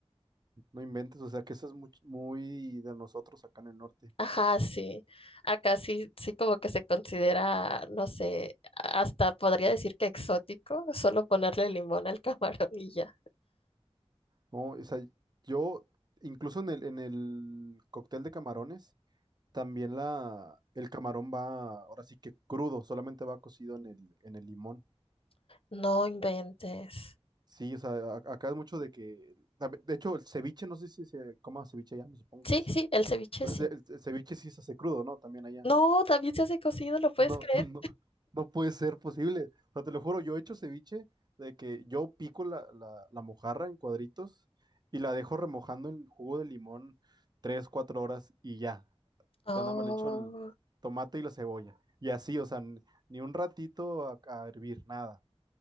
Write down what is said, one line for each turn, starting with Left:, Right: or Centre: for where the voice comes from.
Right: no inventes. O sea que eso es much- muy, de nosotros acá en el norte.
Left: Ajá, sí. Acá sí, sí como que se considera, no sé, hasta podría decir que exótico, solo ponerle limón al <laughs> camarón y ya.
Right: No, o sea, yo incluso en el, en el cóctel de camarones. También la, el camarón va, ahora sí que crudo, solamente va cocido en el, en el limón.
Left: No inventes.
Right: Sí, o sea, a- acá es mucho de que, tambi- de hecho, el ceviche, no sé si se coma ceviche allá, me supongo
Left: Sí,
Right: que sí.
Left: sí, el ceviche
Right: Pero
Left: sí.
Right: el, ce- el ce- ceviche sí se hace crudo, ¿no? También allá.
Left: No, también se hace cocido, ¿lo puedes
Right: No,
Left: creer?
Right: <laughs> no, no puede ser posible. O sea, te lo juro, yo he hecho ceviche de que yo pico la, la, la mojarra en cuadritos y la dejo remojando en jugo de limón tres, cuatro horas y ya.
Left: Oh,
Right: ya nada más le echo el tomate y la cebolla. Y así, o sea, n- ni un ratito a, a hervir, nada.